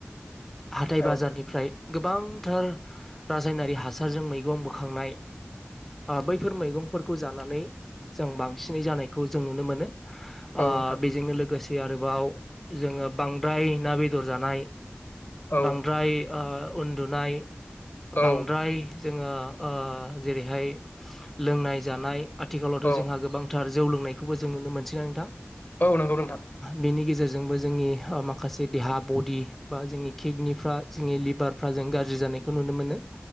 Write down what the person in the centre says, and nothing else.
<inaudible> हाथाइ
बाजारनिफ्राय गोबांथार रासायनारि हासारजों मैगं बोखांनाय ओ बैफोर मैगंफोरखौ जानानै जों बांसिनै जानायखौ जों नुनो मोनो।
ओ
बेजोंनो लोगोसे आरोबाव जोङो बांद्राय ना बेदर जानाय।
बांद्राय ओ उन्दुनाय,
बांद्राय जोङो ओ जेरैहाय लोंनाय जानाय आथिखालावथ'
जोंहा गोबांथार जौ लोंनायखौबो जों नुनो मोनसै ना नोंथां
बेनि गेजेराव गेजेरजोंबो जोंनि ओ माखासे देहा बडि बा जोंनि किडनिफ्रा जोंनि लिभारफ्रा जों गाज्रि जानायखौ नुनो मोनो